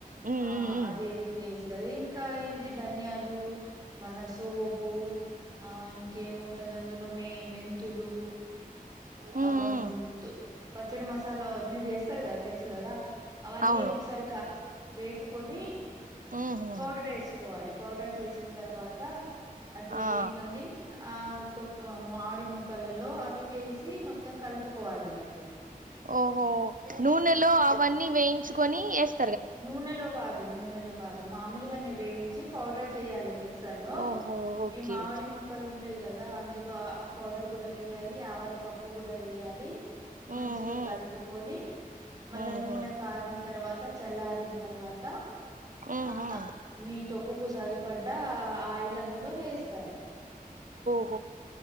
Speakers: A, on the right (about 65°); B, on the right (about 25°).
A: ఉమ్
B: ఆ
A: ఉమ్ ఉమ్
B: అదే వేస్తది ఇంకా ఏంటి ధన్యాలు మళ సోపు ఆ ఇంకేముంటది అందులో మె మెంతులు
A: ఉమ్
B: అవమ్
A: ఉమ్
B: పచ్చడి మసాలా అన్నీ చేస్ కదా తెలుసు కదా అవన్నీ
A: అవును
B: ఒకసారి క వేపుకొని
A: ఉహు
B: పౌడర్ ఏసుకోవాలి పౌడర్ చేసిన తర్వాత అది
A: ఆ
B: మళ్ళీ ఆ తొక్కు మామిడి ముక్కలల్లో అవి వేసి మొత్తం కలుపుకోవాలన్నట్టు
A: ఓహో నూనెలో అవన్నీ వేయించుకొని ఎస్
B: నూనెలో కాదు నూనెలో కాదు మామూలుగానే వేయించి పౌడర్ జెయాలి మిక్సర్ లో
A: ఓహో ఓకే
B: ఈ మామిడి ముక్కలు ఉంటాయి గదా అందులో ఆ పౌడర్ గుడా వెయ్యాలి ఆవళ పప్పు గుడా వేయాలి మంచిగా
A: ఉహు
B: కల్పుకొని మళ్ళ
A: ఉహు
B: నూనె కాగిన్ తర్వాత చల్లారిన్ తర్వాత
A: ఉహు
B: ఆ మీ తొక్కుకు సరి పడ్డ ఆయిల్ అందులో వేస్త
A: ఓ